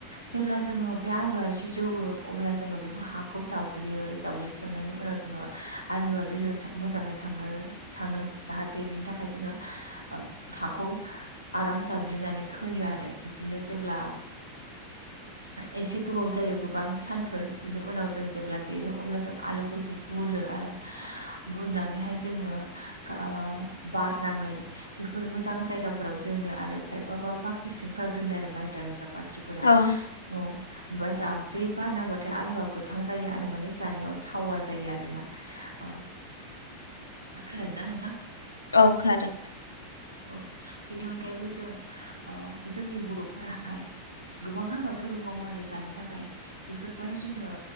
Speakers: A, on the right (about 80°); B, on the left (about 80°).
A: जेब्ला जोङो बे आलुवा एसे जौवो अब्ला जोङो बेखौ हाखौ जावग्लियो जावग्लिखांनायनि उनाव जोङो आलुआ बेदर था मोजाङै थाङो। थाङो जाहाथे बिनि थाखाय जोङो हाखौ आराम जावग्लिनानै खोयो आरो बिदिनो जेब्ला एसे गोबाव जायो गोबां सानफोर बिनि उनाव जों जेब्ला देरो अब्ला जों आलुफोरखौ बुरो आरो बुरनानैहाय जोङो ओ बारना बेफोर मोजां जायगाफोराव दोनो आरो खायफाबा बाख्रि सिमफोराव दोनो आरो माइ दांग्रा बाख्रि ख्रिफोरा <unintelligible>
B: औ
A: जाब जै बारनांबाथाय आलुआ गोथां जायो आरो माने जानायाव थावा जायो आरोना। अ खोनादोना नोंथां?
B: औ खोनादों।
A: औ बेनि अनगायैबो जों अ जोंनि बर'फोराहाय गोबां आबादफोरबो मावो आरो जानो थाखाय। बेफोरखौहाय जोङो